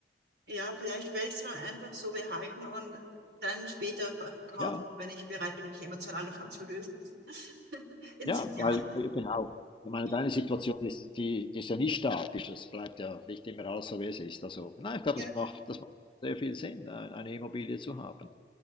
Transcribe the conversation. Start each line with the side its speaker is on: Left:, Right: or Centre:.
Right: ja, vielleicht werde ich es mal einfach so behalten und dann später ver- verkaufen,
Left: Ja,
Right: wenn ich bereit bin, mich emotional davon zu lösen. <laughs> In
Left: ja,
Right: zehn Jahren.
Left: weil, äh, genau. Ich meine,
Right: Ja,
Left: deine Situation ist, die, die ist ja nicht statisch, es bleibt ja nicht immer alles so, wie es ist. Also, nein, ich glaube,
Right: ja,
Left: das macht, das macht sehr viel Sinn, äh, eine Immobilie zu haben.